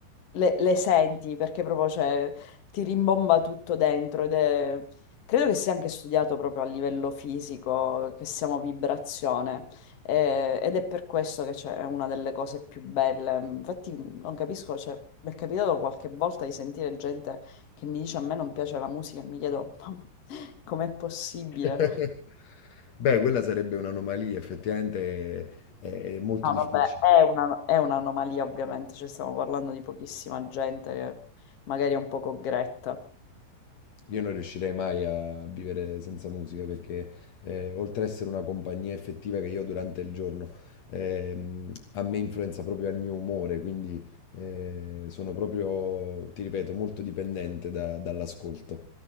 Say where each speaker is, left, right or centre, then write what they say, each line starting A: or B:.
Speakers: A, on the left; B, on the left.
A: le, le senti perché proprio cioè, ti rimbomba tutto dentro ed è... Credo che sia anche studiato proprio a livello fisico, che siamo vibrazione eh, ed è per questo che cioè, è una delle cose più belle. Infatti non capisco, cioè, mi è capitato qualche volta di sentire gente che mi dice a me non piace la musica e mi chiedo ma com'è possibile?
B: <laughs> Beh, quella sarebbe un'anomalia, effettivamente è, è molto
A: No,
B: difficile.
A: vabbè, è una- è un'anomalia ovviamente, cioè, stiamo parlando di pochissima gente che magari è un poco gretta.
B: Io non riuscirei mai a vivere senza musica perché eh, oltre a essere una compagnia effettiva che io ho durante il giorno, ehm, a me influenza proprio il mio umore, quindi eh, sono proprio, ti ripeto, molto dipendente da- dall'ascolto.